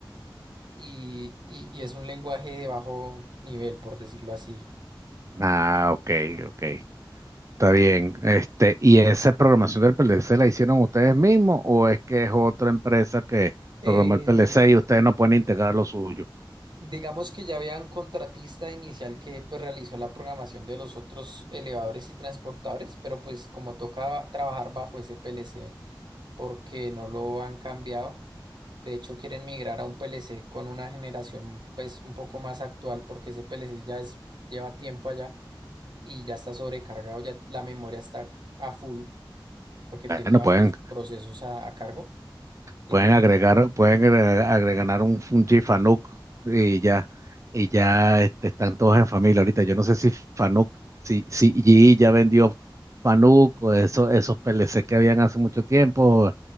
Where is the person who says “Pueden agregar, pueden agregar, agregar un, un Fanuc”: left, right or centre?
Right